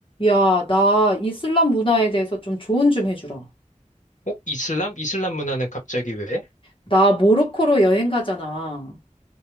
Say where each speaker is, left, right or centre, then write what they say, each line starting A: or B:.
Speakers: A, on the left (about 40°); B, on the left (about 70°).
A: 야, 나 이슬람 문화에 대해서 좀 조언 좀 해주라.
B: 어? 이슬람? 이슬람 문화는 갑자기 왜?
A: 나 모로코로 여행 가잖아.